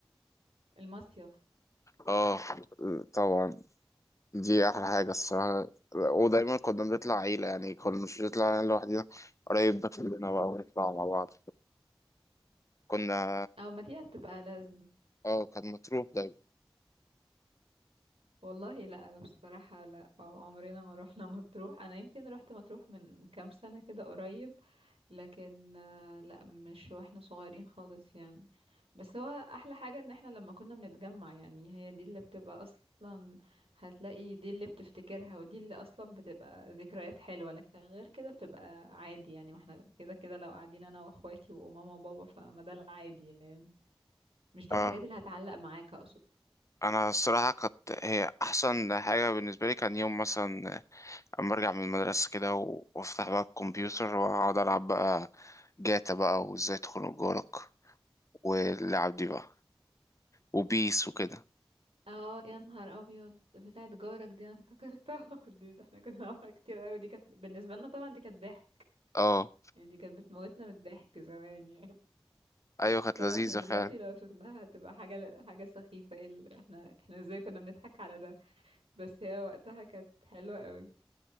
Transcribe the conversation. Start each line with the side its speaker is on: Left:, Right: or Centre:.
Right: المصيف
Left: اه طبعا دي احلى حاجه الصراحه ودايما كنا بنطلع عيله يعني كنا مش بنطلع يعني لوحدنا قريب ده كلنا بقى ونطلع مع بعض كنا
Right: او ما دي بتبقى لذ
Left: اه كان مطروح دايما
Right: والله لا انا بصراحة لا عمرنا ما روحنا مطروح انا يمكن روحت مطروح من كام سنة كده قريب لكن آه، لا مش واحنا صغيرين خالص يعني بس هو احلى حاجة ان احنا لما كنا بنتجمع يعني هي دي اللي بتبقى اصلا هتلاقي دي اللي بتفتكرها ودي اللي اصلا بتبقى ذكريات حلوة لكن غير كده بتبقى عادي يعني ما احنا كده كده لو قاعدين انا واخواتي وماما وبابا فما ده العادي يعني مش دي
Left: اه
Right: الحاجات اللي هتعلق معاك اقصد
Left: انا الصراحه كانت هي احسن حاجه بالنسبه لي كان يوم مثلا اما ارجع من المدرسه كده و- وافتح بقى الكمبيوتر واقعد العب بقى جاتا بقى وازاي تخنق جارك واللعب دي بقى وبيس وكده
Right: اه يا نهار ابيض بتاعت جارك دي انا افتكرتها <laughs> دي ده احنا كنا بنعملها كتير قوي دي كانت بالنسبة لنا طبعا دي كانت ضحك
Left: اه
Right: يعني دي كانت بتموتنا من الضحك زمان يعني
Left: ايوه كانت
Right: طبعا
Left: لذيذه
Right: احنا دلوقتي
Left: فعلا
Right: لو شفناها هتبقى حاجة حاجة سخيفة ايه ال- احنا احنا ازاي كنا بنضحك على ده بس هي وقتها كانت حلوة قوي